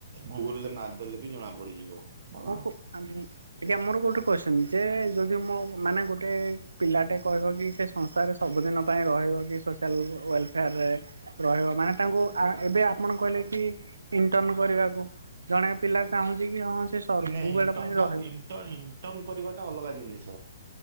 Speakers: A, on the right; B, on the right.
A: ଗୁଗୁଲ୍ ରେ ମାର୍ ଦେଲେ ବି ଜଣା ପଡିଯିବ। ହେଲା।
B: ମୁକୁ ଆମେ ଏଟା ମୋର ଗୋଟେ କୋଶ୍ଚିନ୍ ଯେ ଯଦି ମୋ- ମାନେ ଗୋଟେ ପିଲାଟେ କହିବ କି ସେ ସଂସ୍ଥାରେ ସବୁଦିନ ପାଇଁ ରହିବ କି ସୋସିଆଲ୍ ୱେଲଫେୟାର୍ ରେ ରହିବ ମାନେ ତାଙ୍କୁ ଆ- ଏବେ ଆପଣ କହିଲେ କି ଇଣ୍ଟନ୍ କରିବାକୁ। ଜଣେ ପିଲା ଚାହୁଁଛି କି ହଁ ସେ ସବୁବେଳ
A: ନାଇଁ ଇଣ୍ଟ
B: ପାଇଁ
A: ଟା
B: ରହିବ
A: ଇଣ୍ଟ-ଇଣ୍ଟନ୍ କରିବାଟା ଅଲଗା ଜିନିଷ